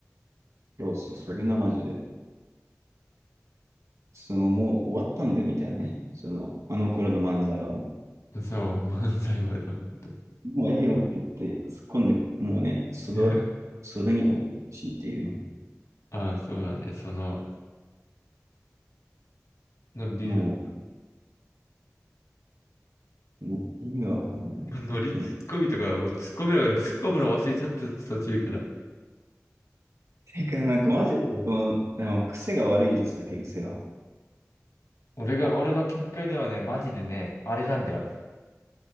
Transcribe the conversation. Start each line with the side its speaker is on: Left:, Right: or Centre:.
Right: そうそう、それがマジで。その、もう終わったんだよ、みたいなね。その、あの頃の漫才はも
Left: な。そう、漫才はね、本当
Right: う、もうええわって言って、突っ込んで、もうね、袖、
Left: に
Right: 袖に折ってほしいっていうね。
Left: ああ、そうだね。その、のビル
Right: もう、もう意味がわかんないよ、
Left: ド、ノリツッコミとか、
Right: 本当に。
Left: もうツッコミなんかツッコむの忘れちゃった途中から。
Right: てか、なんかマジで、この、でも癖が悪いじゃん、酒癖が。
Left: 俺が、俺の見解ではね、マジでね、あれなんだよ。